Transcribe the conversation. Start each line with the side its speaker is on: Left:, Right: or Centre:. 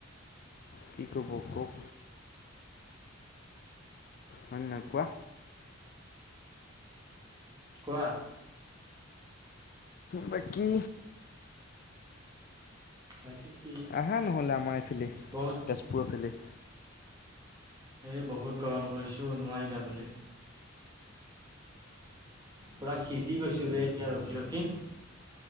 Left: কি ক'ব কওঁক। হয় ন কোৱা।
Right: কোৱা।
Left: বাকী।
Right: নাই কি।
Left: আহা নহ'লে আমাৰ এইফালি
Right: বহুত
Left: তেজপুৰৰ ফালে।
Right: এই বহুত গৰম পৰিছোঁ নোৱাৰি যাবলৈ। পূৰা সিজি গৈছোঁগৈ এতিয়া ৰখি ৰখি।